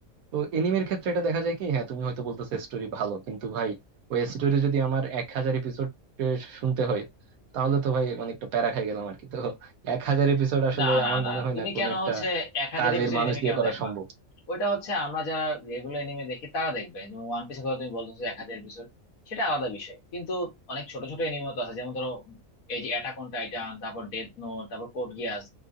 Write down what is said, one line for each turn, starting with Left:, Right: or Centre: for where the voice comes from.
Right: তো এনিমের ক্ষেত্রে এটা দেখা যায় কি হ্যাঁ তুমি হয়তো বলতেছো স্টোরি ভালো কিন্তু ভাই ওই স্টোরি যদি আমার এক হাজার এপিসোড শুনতে হয় তাহলে তো ভাই মানে একটা প্যারা খাই গেলাম আর কি তো এক হাজার এপিসোড আসলে
Left: না না
Right: আমার
Left: না
Right: মনে হয়
Left: তুমি
Right: না কোনো
Left: কেন
Right: একটা
Left: হচ্ছে এক হাজার
Right: কাজের
Left: এপিসোড
Right: মানুষ
Left: এনিমে
Right: দিয়ে
Left: কেন
Right: করা
Left: দেখবা
Right: সম্ভব
Left: ওইটা হচ্ছে আমরা যারা রেগুলার এনিমে দেখি তারা দেখবে যেমন ওয়ান পিসের কথা তুমি বলতেছো এক হাজার এপিসোড সেটা আলাদা বিষয় কিন্তু অনেক ছোট ছোট এনিমেও তো আছে যেমন ধরো এই যে অ্যাটাক অন টাইটান তারপর ডেথ নোট তারপর কোড গিয়াস